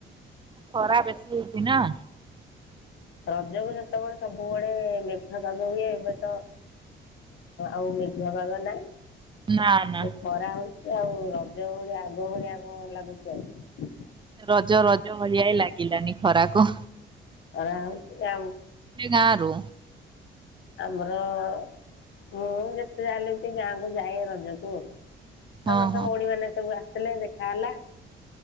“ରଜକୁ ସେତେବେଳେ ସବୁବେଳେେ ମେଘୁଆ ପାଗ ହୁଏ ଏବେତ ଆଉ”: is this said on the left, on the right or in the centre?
Left